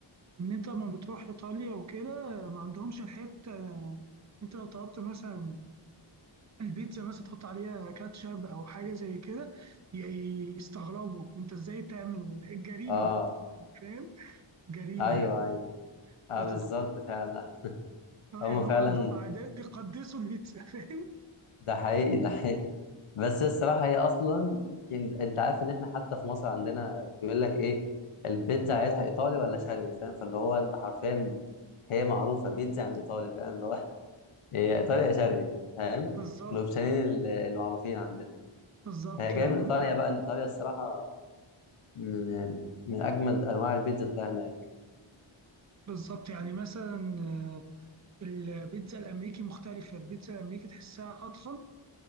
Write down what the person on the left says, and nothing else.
اه
ايوه
ايوه اه
بالظبط
فعلا
هم
فعلا
ده حقيقي ده حقيقي بس الصراحة هي أصلا إن- أنت عارف إن إحنا حتى في مصر عندنا بيقول لك إيه البيتزا عايزها إيطالي ولا شرقي فاهم فاللي هو أنت حرفيا هي معروفة بيتزا يعني إيطالي فاهم اللي هو <laughs> إيه إيطالي يا شرقي فاهم
الأوبشنين ال- المعروفين عندنا
هي جاية
من إيطاليا بقى إن إيطاليا الصراحة من يعني من أجمد أنواع البيتزا تلاقيها هناك